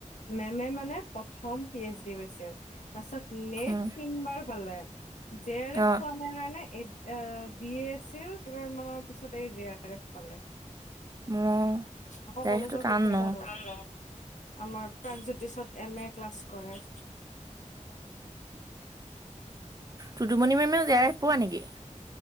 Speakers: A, on the left (about 70°); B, on the right (about 30°).
A: মেমে মানে প্ৰথম পি এইচ ডি গৈছিল তাৰছ নেট
B: উম
A: তিনবাৰ পালে জে আৰ এফ
B: অ
A: পোৱা কাৰণে ডি এছ চিল কেইবাৰ মানৰ পিছতে জীয়েৰেখ পালে
B: মোৰ
A: আকৌ
B: জে আৰ
A: কলেজৰ
B: এফটো টান
A: প্ৰেচাৰটো
B: ন
A: আমাৰ প্ৰাগজ্যোতিষত এম এ ক্লাছ কৰাই
B: তুদুমণি মেমেও জেয়াইপ পোৱা নেকি